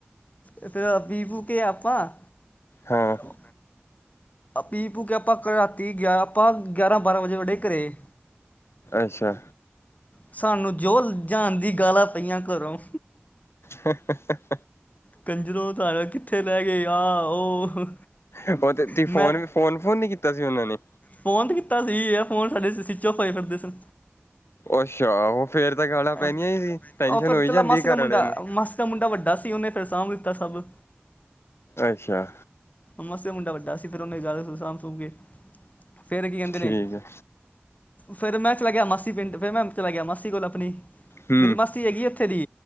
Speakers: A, on the left; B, on the left.
A: ਇੱਥੇ ਪੀ-ਪੀੳ ਕੇ ਆਪਾਂ,
B: ਹਾਂ,
A: ਹੂੰ, ਪੀ ਪੂਕੇ ਆਪਾਂ ਰਾਤੀ ਗਿਆਰਾ ਆਪਾਂ ਗਿਆਰਾਂ ਬਾਰਾਂ ਵਜੇ ਵੜੇ ਘਰੇ,
B: ਅੱਛਾ,
A: ਸਾਨੂੰ ਜੋ ਜਹਾਨ ਦੀਆ ਗਾਲਾਂ ਪਈਆਂ ਘਰੋਂ,
B: ਹ
A: ਕੰਜਰੋਂ ਤਾਰਾ ਕਿੱਥੇ ਲੈ ਗਏ, ਆ ਉਹ
B: ਉਹ ਤੁਸੀਂ
A: ਮੈਂ
B: ਫੋਨ-ਫੋਨ-ਫੋਨ ਨੀ ਕੀਤਾ ਸੀ ਉਹਨਾਂ ਨੇ,
A: ਫੋਨ ਕੀਤਾ ਸੀ, ਇਹ ਫੋਨ ਸਾਡੇ ਸਵਿੱਚ ਆਫ ਹੋਏ ਫਿਰਦੇ ਸਨ।
B: ਅੱਛਾ ਉਹ ਫੇਰ ਤਾਂ ਗਾਲਾਂ ਪੈਦੀਆਂ
A: ਆਹ
B: ਹੀ ਸੀ, ਟੈਨਸ਼ਨ
A: ਉਹ ਫਿਰ
B: ਹੋਈ
A: ਤੇਲਾ
B: ਜਾਂਦੀ
A: ਮਾਸੀ
B: ਸੀ
A: ਦਾ
B: ਘਰ
A: ਮੁੰਡਾ
B: ਵਾਲਿਆਂ ਨੂੰ
A: ਮਾਸੀ ਦਾ ਮੁੰਡਾ ਵੱਡਾ ਸੀ, ਉਹਨੇ ਫਿਰ ਸਾਂਭ ਦਿੱਤਾ ਸਭ
B: ਅੱਛਾ,
A: ਮਾਸੀ ਦੇ ਮੁੰਡਾ ਵੱਡਾ ਸੀ, ਫਿਰ ਉਹਨੇ ਗੱਲ ਸਾਂਭ -ਸੂਂਭ ਕੇ ਫਿਰ ਕੀ ਕਹਿੰਦੇ
B: ਠੀਕ
A: ਨੇ,
B: ਹੈ
A: ਫਿਰ ਮੈਂ ਚਲਾ ਗਿਆ ਮਾਸੀ ਪਿੰਡ, ਫਿਰ ਮੈਂ ਚਲਾ ਗਿਆ ਮਾਸੀ ਕੋਲ ਆਪਣੀ,
B: ਹਮ
A: ਮੇਰੀ ਮਾਸੀ, ਹੈਗੀ, ਉੱਥੇ ਦੀ